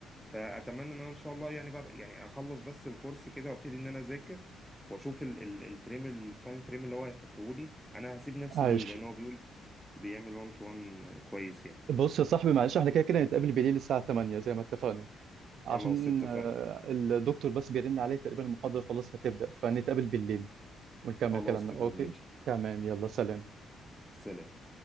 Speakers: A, in the centre; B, on the right.
A: فاتمنى ان انا ان شاء الله يعني بعد يعني اخلص بس الكورس كده وابتدي ان انا اذاكر واشوف ال- ال- الفريم التايم فريم اللي هو هيحطه لي انا هسيب نفسي
B: عايش
A: ليه لان هو بيقول بيعمل 1 تو 1 كويس يعني
B: بص يا صاحبي معلش احنا كده كده هنتقابل بالليل الساعة 8 زي ما اتفقنا
A: خلاص
B: عشان
A: اتفقنا
B: آه، الدكتور بس بيرن عليه تقريبا المحاضرة خلاص هتبدأ فنتقابل بالليل ونكمل
A: خلاص
B: كلامنا
A: تمام
B: اوكي
A: ماشي
B: تمام يلا سلام
A: سلام